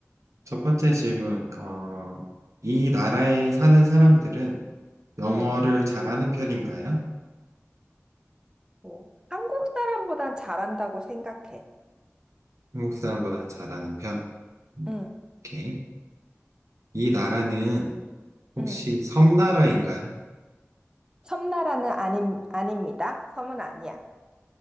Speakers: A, on the right; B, on the right.
A: 첫 번째 질문. 어, 이 나라에 사는 사람들은 영어를
B: 응.
A: 잘하는 편인가요?
B: 뭐, 한국 사람보단 잘한다고 생각해.
A: 한국 사람보다는 잘하는 편. 음,
B: 응,
A: 오케이. 이 나라는 혹시
B: 응.
A: 섬나라인가요?
B: 섬나라는 아님, 아닙니다. 섬은 아니야.